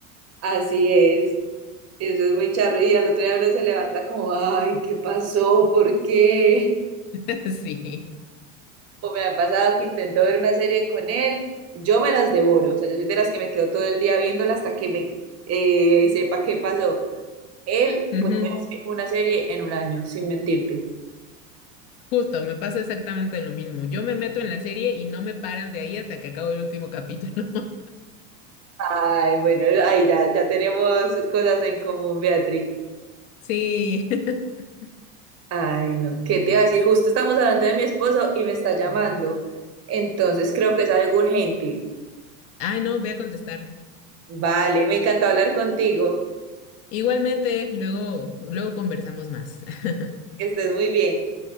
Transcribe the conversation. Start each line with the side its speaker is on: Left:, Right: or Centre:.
Right: Así es. Eso es muy charro. Y al otro día uno se levanta como, ay, ¿qué pasó? ¿Por qué?
Left: <laughs> Sí.
Right: O me ha pasado que intento ver una serie con él, yo me las devoro, o sea, yo soy de las que me quedo todo el día viéndola hasta que me eh, sepa qué pasó. Él
Left: Ujú.
Right: puede ver una serie en un año, sin mentirte.
Left: Justo, me pasa exactamente lo mismo. Yo me meto en la serie y no me paran de ahí hasta que acabo el último capítulo. <laughs>
Right: Ay, bueno, ay, ya, ya tenemos cosas en común, Beatriz.
Left: Sí. <laughs>
Right: Ay, no, ¿qué te iba a decir? Justo estamos hablando de mi esposo y me está llamando. Entonces creo que es algo urgente.
Left: Ay, no, voy a contestar.
Right: Vale, me encantó hablar contigo.
Left: Igualmente, luego, luego conversamos más. <laughs>
Right: Que estés muy bien.